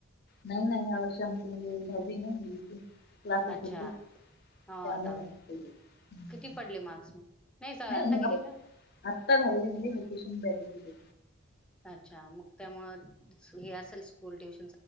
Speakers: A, on the left; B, in the centre.
A: नाही नाही ह्या वर्षी आमची म्हणजे दहावी ना मुलगीची क्लासेस
B: अच्छा
A: होते.
B: हा
A: त्यामुळे
B: दहावी
A: कुठे गेलो. हम्म.
B: किती पडले मार्क्स म, नाही स आता
A: ह्या
B: केली
A: वर्षी
B: का?
A: आत्ता दहावीला गेली वेकेशन बॅच होती.
B: अच्छा मग त्यामुळे हे असेल स्कूल ट्युश